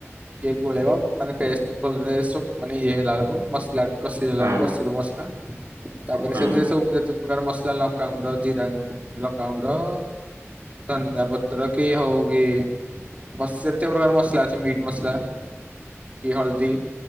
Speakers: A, on the right; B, on the right.
A: କିଏ ଗୋଳେଇବା ମାନେ ପେଷ୍ଟ ଭଲରେବସ ମାନେ ଇଏ ହେଲା ବେକୁ। ମସଲାଗ। କଷି ଦେଲାରୁ
B: ହଁ
A: କଷିବ ମସଲା ତାପରେ
B: ହୁଁ
A: ସେଥିରେ
B: ହଁ।
A: ସବୁ ଯେତେ ପ୍ରକାର ମସଲା ଲଙ୍କ। କାଗୁଣ୍ଡଜିରାଣ୍ଡଡ। ଲଙ୍କା ଗୁଣ୍ଡ । ତନ ଗା ବତ। ରବକେ ହଉକେ ମସଜାତିୟ ମସଲା ଅଛି ମିଟ ମସଲା। କି ହଳଦୀ